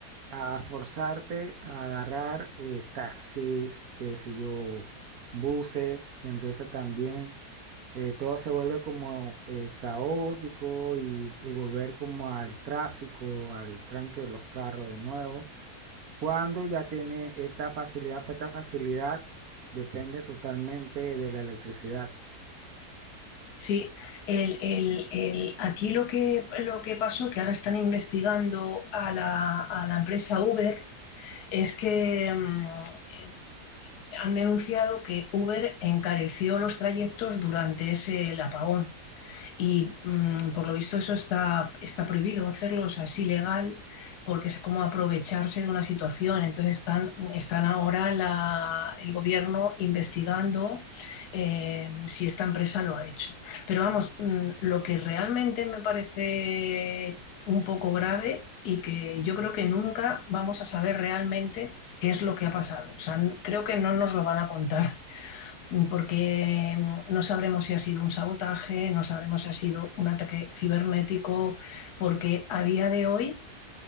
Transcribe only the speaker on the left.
Sí, el, el- el- aquí lo que, lo que pasó, que ahora están investigando a la, a la empresa Uber, es que mm, eh, han denunciado que Uber encareció los trayectos durante ese el apagón. Y mm, por lo visto eso está, está prohibido hacerlo, o sea, es ilegal, porque es como aprovecharse de una situación. Entonces están, están ahora la- el gobierno investigando eh, si esta empresa lo ha hecho. Pero vamos, mm, lo que realmente me parece un poco grave y que yo creo que nunca vamos a saber realmente qué es lo que ha pasado. O sea, n- creo que no nos lo van a contar, <laughs> porque mm, no sabremos si ha sido un sabotaje, no sabremos si ha sido un ataque cibernético, porque a día de hoy